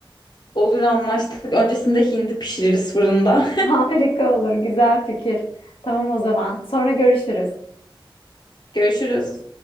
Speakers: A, on the left; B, on the left.
A: Olur anlaştık. Öncesinde hindi pişiririz fırında.
B: Harika olur, güzel fikir. Tamam o zaman. Sonra görüşürüz.
A: <laughs> Görüşürüz.